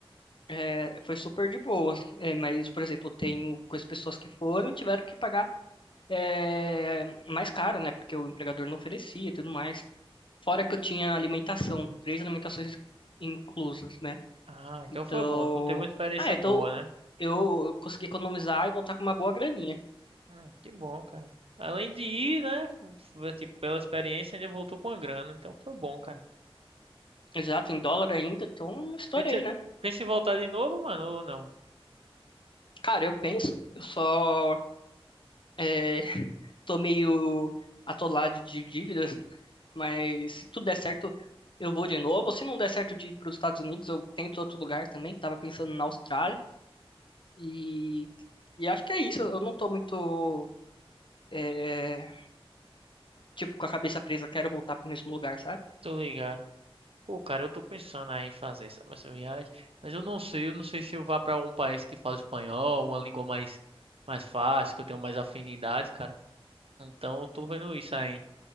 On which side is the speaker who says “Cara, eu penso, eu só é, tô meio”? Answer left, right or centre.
Left